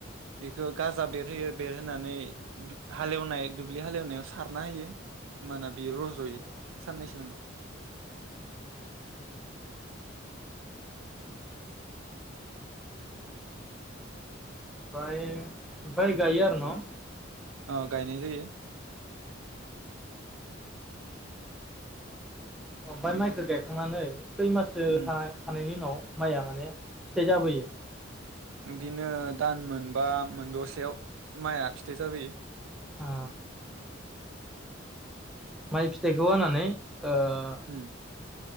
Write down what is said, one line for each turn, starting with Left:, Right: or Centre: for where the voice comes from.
Right: बेखौ गाजा बेरहोयो बेरहोनानै हालेवनाय दुब्लि हालेवनायाव सारना होयो होमबाना बेयो रज'यो साननैसो उनाव
Centre: ओमफ्राय फ्राय गायो आरो न?
Right: अ गायनाय जायो।
Centre: ओमफ्राय माइखौ गायखांनानै खै माससो
Right: उम
Centre: थानायनि उनाव माइया माने फिथाइ जाबोयो।
Right: बिदिनो दान मोनबा मोन दसेयाव माइआ फिथाइ जाबोयो।
Centre: अ माइ फिथाइखौ हानानै ओ
Right: हम